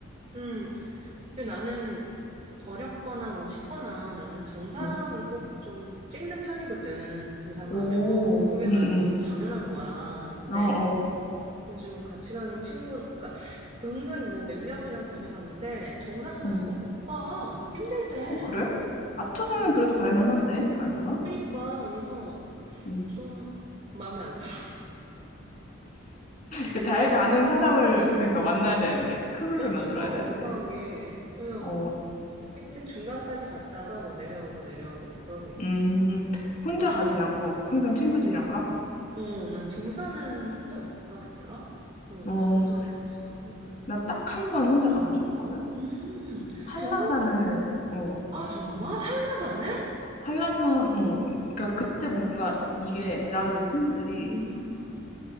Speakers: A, on the right (about 35°); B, on the left (about 40°).
A: 음. 근데 나는 어렵거나 뭐 쉽거나 나는 정상을
B: 응.
A: 꼭 좀 찍는 편이거든, 등산
B: 오,
A: 가면. 그게
B: 응,
A: 난 너무 당연한 거야. 근데
B: 응. 어, 어,
A: 요즘 같이 가는 친구, 그러니까 은근 뭐 몇 명이랑 다녀봤는데 정상까지
B: 응.
A: 다 못 가. 힘들대.
B: 어, 그래? 아차산은
A: 음.
B: 그래도 갈만한데? 아닌가?
A: 그러니까 그래서
B: 응.
A: 좀 마음에 안 들어. <laughs>
B: 그 잘
A: 정상을,
B: 가는 사람을,
A: 음,
B: 그러니까 만나야 되는데, 크루를
A: 없어,
B: 만들어야 되는데.
A: 이상하게. 그래서
B: 어,
A: 하여튼 중간까지 갔다가 뭐 내려오고 내려오고 뭐 그러고 있지.
B: 음, 혼자
A: 응.
B: 가진 않고 항상 친구들이랑 가?
A: 어, 난 등산은 혼자 못 가겠더라? 어,
B: 어,
A: 가본 적은 없어, 등산을.
B: 나 딱 한 번 혼자 가본 적이 있거든?
A: 음,
B: 한라산을,
A: 등산도,
B: 어,
A: 아, 정말? 한라산을?
B: 한라산, 어, 그러니까 그때 뭔가 이게 나도 내 친구들이
A: 음,